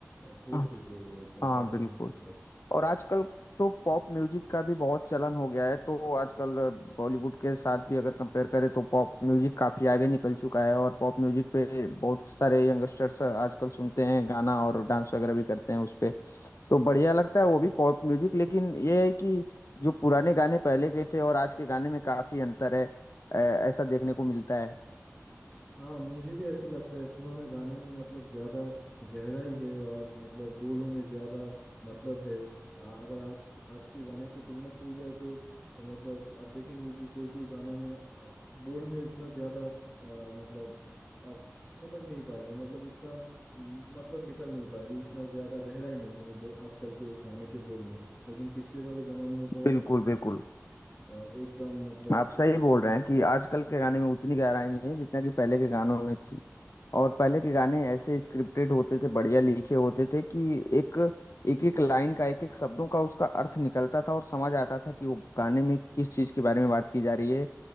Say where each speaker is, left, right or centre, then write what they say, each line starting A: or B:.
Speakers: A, on the left (about 25°); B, on the left (about 65°).
A: अ, फोड़
B: हाँ
A: देते हैं वो एकदम
B: हाँ
A: परफॉर्मेंस
B: बिल्कुल
A: के साथ
B: और आजकल तो पॉप म्यूजिक का भी बहुत चलन हो गया है तो आजकल बॉलीवुड के साथ भी अगर कंपेयर करें तो पॉप म्यूजिक काफी आगे निकल चुका है और पॉप म्यूजिक पे बहुत सारे यंगस्टर्स आजकल सुनते हैं गाना और डांस वगैरह भी करते हैं उस पे तो बढ़िया लगता है वो भी पॉप म्यूजिक लेकिन ये है कि जो पुराने गाने पहले के थे और आज के गाने में काफी अंतर है अ, ऐसा देखने को मिलता है
A: हाँ मुझे भी ऐसा लगता है पुराने गाने में मतलब ज्यादा गहराई है और मतलब बोलों में ज्यादा मतलब है आ- अगर आज आज के गाने से तुलना की जाए तो अ, मतलब आप देखेंगे कि कोई कोई गाने में अ, बोल में उतना ज्यादा अ, मतलब आप समझ नहीं पाएंगे मतलब उतना म, मतलब निकल नहीं पाएगी इतना ज्यादा गहराई नहीं है वो आजकल के गाने के बोल में लेकिन पिछले वाले जमाने में बहुत
B: बिल्कुल बिल्कुल
A: अ, एकदम मतलब
B: आप सही बोल रहे हैं कि आजकल के गाने में उतनी गहराई नहीं है जितना कि पहले के गानों में थी और पहले के गाने ऐसे स्क्रिप्टेड होते थे बढ़िया लिखे होते थे कि एक एक एक लाइन का एक एक शब्दों का उसका अर्थ निकलता था और समझ आता था कि वो गाने में किस चीज़ के बारे में बात की जा रही है